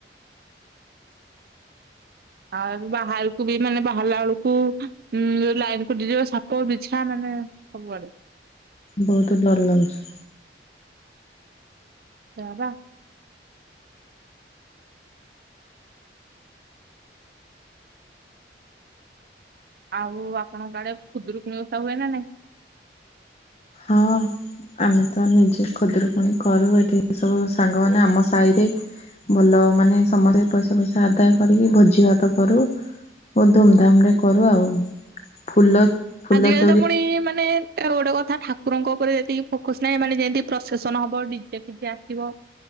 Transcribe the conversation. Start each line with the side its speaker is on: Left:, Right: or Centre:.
Right: ଆଉ ବାହାରକୁ ବି ମାନେ ବାହାରିଲା ବେଳକୁ ଉଁ ଲାଇନ କଟିଯିବ, ସାପ ବିଛା ମାନେ ହଁ ସବୁଆଡେ
Left: ବହୁତ ଡର ଲାଗୁଛି।
Right: ସେଇଆ ପା ଆଉ ଆପଣଙ୍କ ଆଡେ ଖୁଦୁରୁକୁୁଣି ଓଷା ହୁଏ ନା ନାଇଁ?
Left: ହଁ। ଆମେ ତ ନିଜେ ଖୁଦୁରୁକୁଣୀ କରୁ, ଏଠି ସବୁ ସାଙ୍ଗ ମାନେ ଆମ ସାହି ରେ ଭଲ ମାନେ ସମସ୍ତେ ପଇସା ପଇସା ଆଦାୟ କରିକି ଭୋଜି ଭାତ କରୁ ବହୁତ ଧୁମଧାମ ରେ କରୁ ଆଉ ଫୁଲ ଫୁଲ
Right: ଆଜିକାଲି
Left: ଚୋରି
Right: ତ ପୁଣି ମାନେ ଗୋଟେ କଥା ଠାକୁରଙ୍କ ଉପରେ ଯେତିକି ଫୋକସ ନାହିଁ, ଏମାନେେ ଯେମିତି ପ୍ରଶେସନ ହବ ଡିଜେ ଫିଜେ ଆସିବ